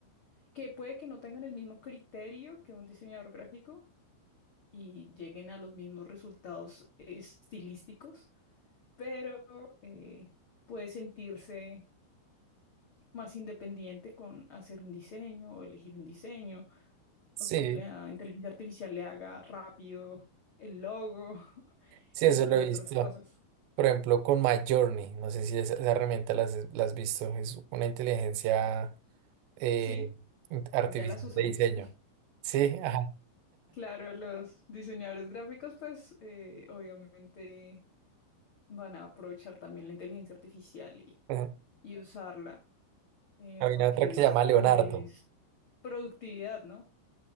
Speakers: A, on the left; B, on the right.
A: que puede que no tengan el mismo criterio que un diseñador gráfico y lleguen a los mismos resultados estilísticos, pero eh, puede sentirse más independiente con hacer un diseño o elegir un diseño
B: Sí,
A: o que la inteligencia artificial le haga rápido el logo, <laughs>
B: sí,
A: entre
B: eso lo
A: otras
B: he visto.
A: cosas.
B: Por ejemplo, con MyJourney, no sé si esa, esa herramienta la has, la has visto, es una inteligencia eh,
A: Sí,
B: in- artificial
A: ya las usamos.
B: de diseño. Sí, ajá.
A: Claro, los diseñadores gráficos, pues eh, obviamente van a aprovechar también la inteligencia artificial y,
B: ajá.
A: y usarla, eh,
B: Había
A: porque
B: otra que se
A: es-
B: llama Leonardo.
A: también es productividad, ¿no?